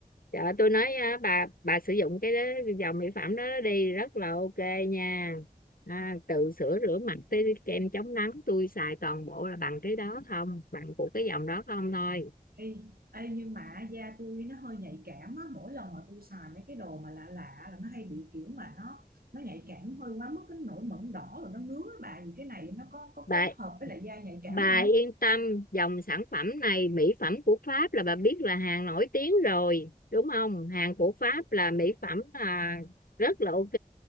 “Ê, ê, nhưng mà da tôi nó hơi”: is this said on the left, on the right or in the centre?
Right